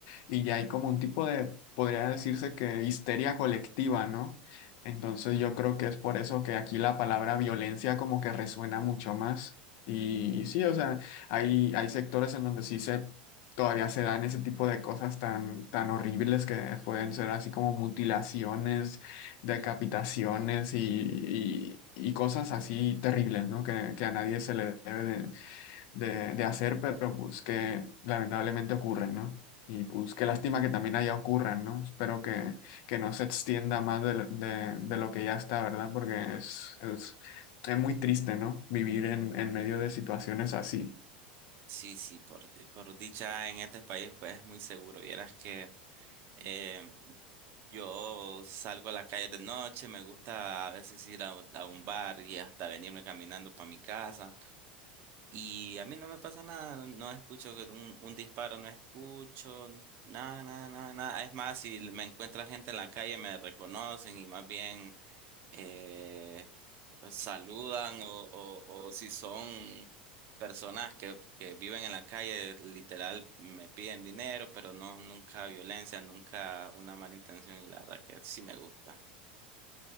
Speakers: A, on the left (about 60°); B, on the right (about 50°).
A: y ya hay como un tipo de, podría decirse que histeria colectiva, ¿no? Entonces yo creo que es por eso que aquí la palabra violencia como que resuena mucho más. Y, y sí, o sea, hay, hay sectores en donde sí se todavía se dan ese tipo de cosas tan, tan horribles que pueden ser así como mutilaciones, decapitaciones y, y- y cosas así terribles, ¿no? Que, que a nadie se le debe de, de, de hacer, pero pues que lamentablemente ocurren, ¿no? Y pues qué lástima que también allá ocurran, ¿no? Espero que, que no se extienda más de, de- de lo que ya está, ¿verdad? Porque es, es, es muy triste, ¿no? Vivir en, en medio de situaciones así.
B: Sí, sí, por, di- por dicha en este país pues es muy seguro. Vieras que eh, yo salgo a la calle de noche, me gusta a veces ir a, a un bar y hasta venirme caminando para mi casa. Y a mí no me pasa nada, no, no escucho que un, un disparo, no escucho nada, nada, nada, nada. Es más, si me encuentra gente en la calle, me reconocen y más bien eh, saludan o, o, o si son personas que, que viven en la calle, literal, me piden dinero, pero no, nunca violencia, nunca una mala intención y la verdad que sí me gusta.